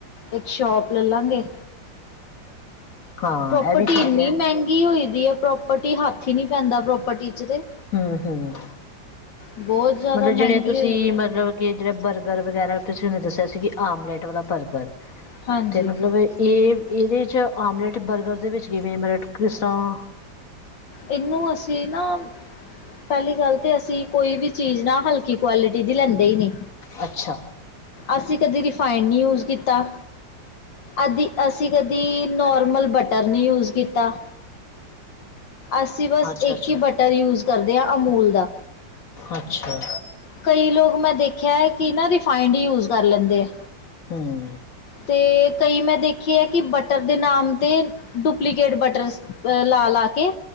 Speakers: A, on the left; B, on the left.
A: ਇੱਕ ਸ਼ੋਪ ਲੈਲਾਂਗੇ।
B: ਹਾਂ
A: <inaudible> ਪ੍ਰੋਪਰਟੀ
B: ਇਹ ਵੀ ਠੀਕ
A: ਇੰਨੀ
B: ਹੈ
A: ਮਹਿੰਗੀ ਹੋਈ ਦੀ ਐ, ਪ੍ਰੋਪਰਟੀ ਹੱਥ ਹੀ ਨੀ ਪੈਂਦਾ ਪ੍ਰੋਪਰਟੀ ਚ ਤੇ
B: ਹਮ ਹਮ
A: ਬਹੁਤ ਜ਼ਿਆਦਾ
B: ਮਤਲਬ
A: ਮਹਿੰਗੀ
B: ਜੇੜੇ ਤੁਸੀਂ
A: ਹੋਈ ਹੈ
B: ਮਤਲਬ ਕਿ ਜੇੜਾ ਬਰਗਰ ਵਗੈਰਾ ਤੁਸੀਂ ਹੁਨੇ ਦੱਸਿਆ ਸੀ ਆਮਲੇਟ ਵਾਲਾ ਬਰਗਰ।
A: ਹਾਂਜੀ
B: ਤੇ ਮਤਲਬ ਇਹ ਇਹਦੇ 'ਚ ਆਮਲੇਟ ਬਰਗਰ ਦੇ ਵਿੱਚ ਕਿਵੇਂ ਬਲਟ ਕਿਸਰਾਂ
A: ਇਹਨੂੰ ਅਸੀਂ ਨਾ ਪਹਿਲੀ ਗੱਲ ਤੇ ਅਸੀਂ ਕੋਈ ਵੀ ਚੀਜ਼ ਨਾ ਹਲਕੀ ਕੁਆਲਿਟੀ ਦੀ ਲੈਂਦੇ ਈ ਨਈ
B: ਅੱਛਾ -
A: ਅਸੀਂ ਕਦੀ ਰਿਫਾਈਡ ਨੀ ਯੂਜ ਕੀਤਾ। ਅਦੀ ਅਸੀਂ ਕਦੀ ਨੋਰਮਲ ਬਟਰ ਨੀ ਯੂਜ ਕੀਤਾ। ਅਸੀਂ ਬਸ
B: ਅੱਛਾ
A: ਏਕ
B: ਅੱਛਾ
A: ਹੀ ਬਟਰ ਯੂਜ ਕਰਦੇ ਆ ਅਮੂਲ ਦਾ
B: ਅੱਛਾ
A: ਕਈ ਲੋਕ ਮੈਂ ਦੇਖਿਆ ਹੈ ਕਿ ਨਾ ਰਿਫਾਈੰਡ ਹੀ ਯੂਜ ਕਰ ਲੈਂਦੇ ਆ।
B: ਹਮ
A: ਤੇ ਕਈ ਮੈਂ ਦੇਖੇ ਹੈ ਕਿ ਬਟਰ ਦੇ ਨਾਮ 'ਤੇ ਡੁਪਲੀਕੇਟ ਬਟਰ ਅ ਲਾ ਲਾ ਕੇ